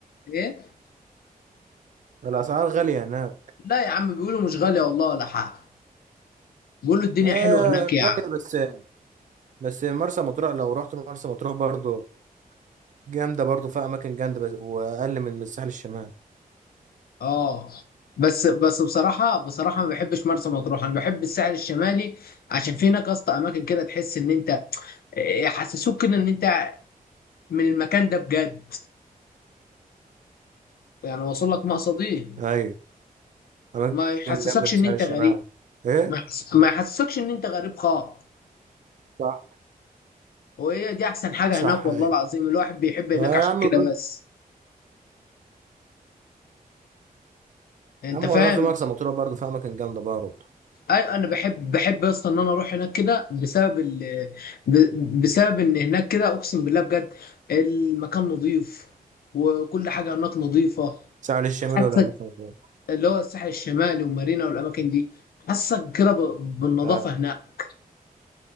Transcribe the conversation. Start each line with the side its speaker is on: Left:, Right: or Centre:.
Left: ايه
Right: الأسعار غالية هناك
Left: لا يا عم بيقولوا مش غالية والله ولا حاجة بيقولوا الدنيا
Right: آه
Left: حلوة هناك
Right: غالية
Left: يعني
Right: بس بس مرسى مطروح لو رحت مرسى مطروح برضو جامدة برضو فيها أماكن جامدة بس وأقل من من الساحل الشمالي
Left: اه بس بس بصراحة بصراحة ما بحبش مرسى مطروح انا بحب الساحل الشمالي عشان في هناك اصلا اماكن كده تحس ان انت إيه، يحسسوك كده ان انت من المكان ده بجد يعني واصل لك مقصدي
Right: أيوة أماكن
Left: ما يحسسكش
Right: جامدة في
Left: ان
Right: شارع
Left: انت
Right: الشمال
Left: غريب
Right: إيه؟
Left: ما يحس- ما يحسسكش ان انت غريب خالص
Right: صح
Left: وهي دي احسن حاجه
Right: صح
Left: هناك والله
Right: أيوة
Left: العظيم الواحد بيحب هناك
Right: آه
Left: عشان
Right: يا عم
Left: كده بس انت
Right: يا عم
Left: فاهم
Right: والله في مرسى مطروح برضه فيها أماكن جامدة برضه
Left: ايوه انا بحب بحب اصلا ان انا اروح هناك كده بسبب ال... ب... بسبب ان هناك كده اقسم بالله بجد المكان نظيف وكل حاجه هناك نظيفه
Right: ساحل الشمال
Left: حاسك
Right: ولا مرسى مطروح؟
Left: اللي هو الساحل الشمالي ومارينا والاماكن دي حاسك كده ب... بالنظافه
Right: أيوة
Left: هناك